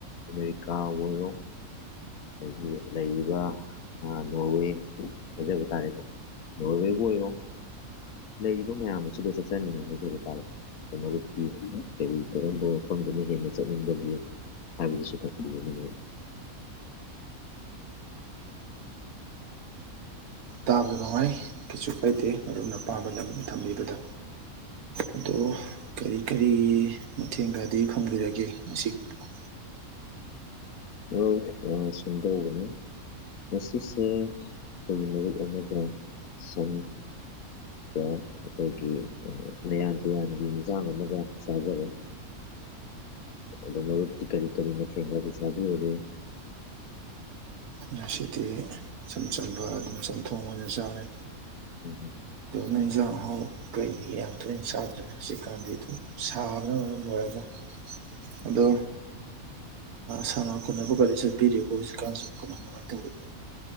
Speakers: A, on the left (about 75°); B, on the right (about 80°).
A: ꯑꯃꯦꯔꯤꯀꯥ ꯑꯣꯏꯔꯣ ꯑꯗꯒꯤ ꯂꯩꯔꯤꯕ ꯧꯋꯤ ꯍꯥꯏꯖꯕ ꯇꯥꯔꯦ ꯅꯣꯔꯋꯦꯕꯨ ꯑꯣꯏꯔꯣ ꯂꯩꯔꯤꯕ ꯃꯌꯥꯝ ꯑꯁꯤꯗ ꯆꯠꯆꯅꯤꯡꯉꯤ ꯇꯥ ꯃꯔꯛꯇꯤ ꯀꯔꯤ ꯀꯔꯝꯕ ꯃꯐꯝꯗꯨꯅ ꯍꯦꯟꯅ ꯆꯠꯅꯤꯡꯕꯒꯦ ꯍꯥꯏꯕꯗꯨꯁꯨ ꯊꯝꯕꯤꯌꯅꯤ ꯎꯝ
B: ꯇꯥꯕꯗ ꯅꯨꯡꯉꯥꯏ ꯀꯩꯁꯨ ꯀꯥꯏꯗꯦ ꯃꯔꯅ ꯄꯥꯝꯕ ꯂꯝ ꯑꯃ ꯊꯝꯕꯤꯕꯗ ꯑꯗꯣ ꯀꯔꯤ ꯀꯔꯤ ꯃꯇꯊꯦꯡꯒꯗꯤ ꯐꯪꯕꯤꯔꯒꯦ ꯉꯒꯤꯕꯨꯣ <inaudible>
A: ꯎ ꯑ ꯑ ꯁꯟꯗꯒꯅꯤ ꯉꯁꯤꯁꯦ ꯑꯩꯈꯣꯏ ꯃꯔꯨꯞ ꯑꯃꯒ ꯁ ꯑꯩꯈꯣꯏꯒꯤ ꯃꯌꯥꯟ ꯇꯨꯌꯥꯟꯒꯤ ꯌꯦꯟꯁꯥꯡ ꯑꯃꯒ ꯆꯥꯖꯔ ꯑꯗꯣ ꯃꯔꯨꯞꯇꯤ ꯀꯔꯤ ꯀꯔꯤ ꯃꯊꯦꯡꯅ ꯑꯗꯨ ꯁꯥꯕꯤꯔꯒꯦ
B: ꯉꯁꯤꯗꯤ ꯏꯆꯝ ꯆꯝꯕ ꯑꯗꯨꯝ ꯆꯝꯊꯣꯡ ꯑꯣꯏꯅ ꯆꯥꯔꯦ
A: ꯎꯝ ꯎꯝ
B: ꯅꯣꯏꯖꯥꯡ ꯍꯥꯎ ꯀꯩꯒꯤ ꯌꯥꯝ ꯇꯣꯏꯅ ꯆꯥꯗ꯭ꯔꯦ ꯍꯧꯖꯤꯛꯀꯥꯟꯗꯤ ꯑꯗꯨꯝ ꯁꯥꯕꯅ ꯃꯔꯝ ꯑꯣꯏꯔꯒ ꯑꯗꯣ ꯁꯥꯟꯅ ꯈꯣꯠꯅꯕ ꯒꯥꯔꯤ ꯆꯠꯄꯤꯔꯤꯕ ꯍꯧꯖꯤꯛꯀꯥꯟꯁꯤ ꯀꯃꯥꯏ ꯀꯃꯥꯏꯅ ꯇꯧꯔꯤꯒꯦ